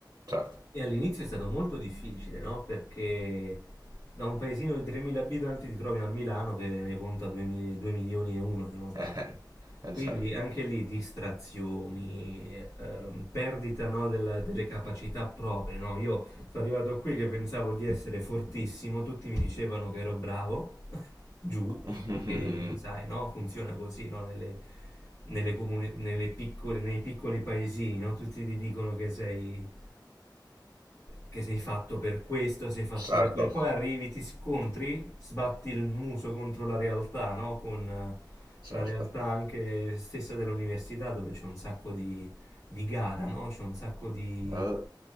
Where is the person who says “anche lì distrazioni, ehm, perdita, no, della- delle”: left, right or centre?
Left